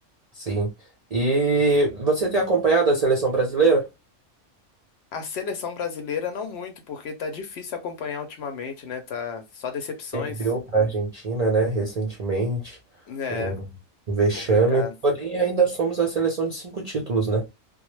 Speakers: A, on the right; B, on the left.
A: Sim. E você tem acompanhado a seleção brasileira?
B: A seleção brasileira não muito, porque tá difícil acompanhar ultimamente, né? Tá só decepções.
A: Perdeu para a Argentina, né, recentemente,
B: É
A: um um vexame.
B: complicado.
A: Porém, ainda somos a seleção de cinco títulos, né?